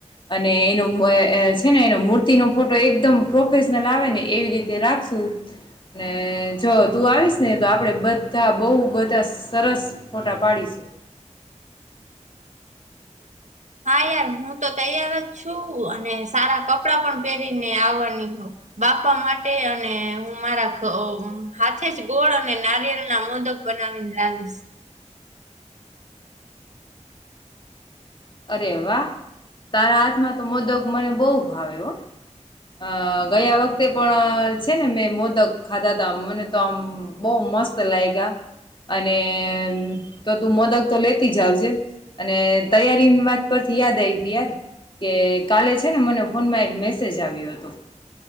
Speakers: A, on the left; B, on the right.
A: અને એનો મ અ છે ને એનો મૂર્તિ નો ફો ફોટો એકદમ પ્રોફેશનલ આવે ને એવી રીતે રાખશું, ને જો તું આવીશ ને તો આપણેે બધા બહુ બધા સરસ ફોટા પાડીશું.
B: <unintelligible> હા યાર હું તો તૈયાર જ છું, અને સારા કપડાં પણ પહેરીને આવવાની હો બાપા માટે અને હું મારા ખ હાથે જ ગોળ અને નાિયેળ ના મો દક બનાવી ને લાવીશ.
A: અરે વાહ તારા હાથમાં તો મોદક મને બહુ ભાવે હો. અ ગયા વખતે પણ છે ને મેં મોદક ખાધા ત મને તો આમ બહુ મસ્ત લાઇગ્યા અને તો તું મોદક તો લેતી જાવજે, અને તૈયારી પિન વાત પરથી યાદ આવી યાર કે કાલે છે ને મને ફોનમાં એક મેસેજ આવ્યો હતો.